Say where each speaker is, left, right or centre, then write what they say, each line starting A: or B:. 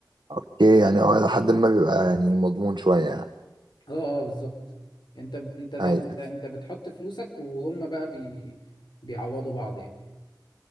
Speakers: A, on the right; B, on the left.
A: اوكي يعني هو لحد ما بيبقى يعني مضمون شويه يعني
B: اه اه بالظبط انت انت ده
A: أيوة.
B: انت انت بتحط فلوسك وهم بقى بي بيعوضوا بعض يعني